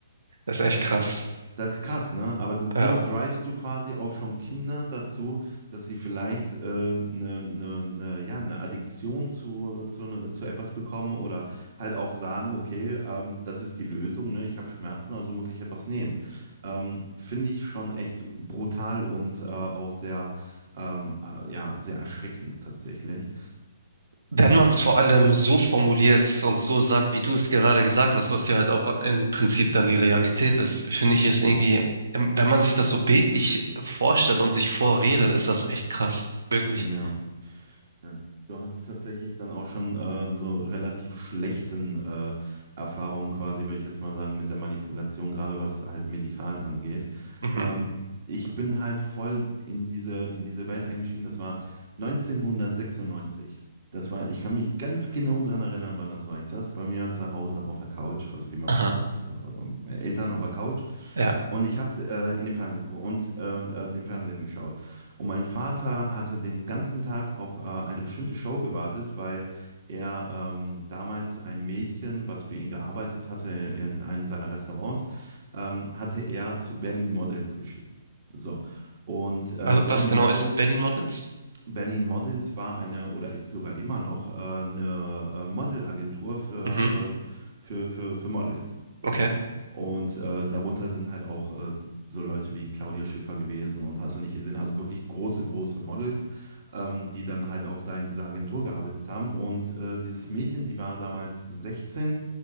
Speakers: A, on the right; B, on the right.
A: Das ist echt krass.
B: Das ist krass, ne? Aber das,
A: Ja.
B: so drivest du quasi auch schon Kinder dazu, dass sie vielleicht äh, eine, ne, ne, ja, eine Addiktion zu, zu, ne, zu etwas bekommen oder halt auch sagen, okay, ähm, das ist die Lösung, ne? Ich habe Schmerzen, also muss ich etwas nehmen. Ähm, finde ich schon echt brutal und äh, auch sehr, ähm, äh, ja, sehr erschreckend tatsächlich.
A: Wenn man es vor allem so formuliert und so sagt, wie du es gerade gesagt hast, was ja halt auch im Prinzip dann die Realität ist, finde ich es
B: Yes.
A: irgendwie, wenn man sich das so bildlich vorstellt und sich vorredet, ist das echt krass. Wirklich.
B: ja. Ja. Du hattest tatsächlich dann auch schon äh, so relativ schlechten äh, Erfahrungen quasi, würde ich jetzt mal sagen, mit der Manipulation, gerade was halt medikal angeht.
A: Mhm.
B: Ähm, ich bin halt voll in diese, in diese Welt eingestiegen. Das war 1996. Das war, ich kann mich ganz genau daran erinnern, wann das war. Ich saß bei mir zu Hause auf der Couch, also vielmehr
A: Aha.
B: bei meinem Vater, also meinen Eltern auf der Couch.
A: Ja.
B: Und ich habe äh, in den Fernsehen geguckt und äh, äh, den Fernsehen geschaut. Und mein Vater hatte den ganzen Tag auf äh, eine bestimmte Show gewartet, weil er ähm, damals ein Mädchen, was für ihn gearbeitet hatte in einem seiner Restaurants, ähm, hatte er zu Berlin Models geschickt. So. Und äh,
A: Was,
B: Berlin
A: was genau
B: Models
A: ist Berlin Models?
B: Berlin Models war eine oder ist sogar immer noch äh, eine äh, Modelagentur für,
A: Mhm.
B: äh, für, für, für Models. So.
A: Okay.
B: Und äh, darunter sind halt auch äh, so Leute wie Claudia Schiffer gewesen und hast du nicht gesehen. Also wirklich große, große Models, ähm, die dann halt auch da in dieser Agentur gearbeitet haben. Und äh, dieses Mädchen, die war damals 16,